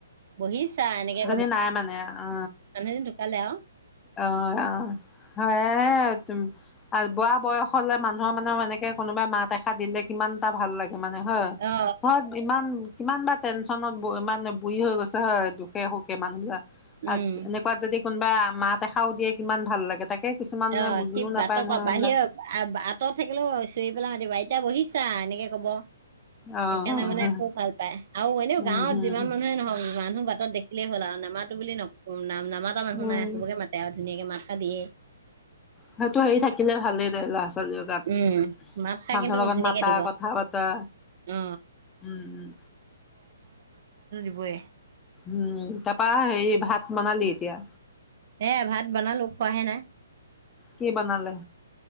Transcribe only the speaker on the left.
এ নাই মানে, অ
অ-অ, হয় হে তোমাৰ। <unintelligible> আৰু বুঢ়া বয়স হলে মানুহৰ মানে এনেকে কোনোবাই মাত এষাৰ দিলে কিমান এটা ভাল লাগে। মানে হয়,
ঘৰত ইমান। কিমান বা টেনশ্যনত ইমান বুঢ়ি হৈ গৈছে হয়, দুখে-সুখে মানুহবিলাক।
এনেকুৱা যদি কোনোবা মাত এষাৰো দিয়ে, কিমান ভাল লাগে, তাকে কিছুমানে
বুজিও
নাপায়
নহয়
এইবিলাক।
অ',
অ',
উম,
হম।
উম
সেইটো হেৰি থাকিলে ভালেই তাই ল'ৰা ছোৱালী গাত
মানুহৰ
লগত
মানুহৰ
কথা পতা
উম উম।
উম তাৰাপা এই ভাত বনালি এতিয়া?
কি বনালে